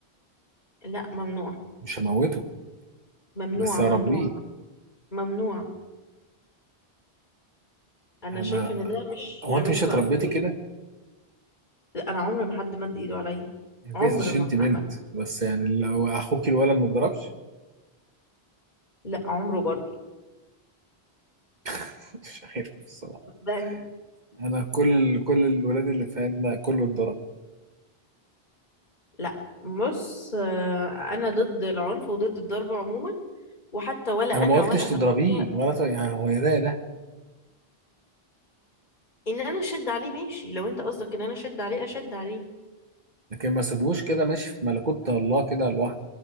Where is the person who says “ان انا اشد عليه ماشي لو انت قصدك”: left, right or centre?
Left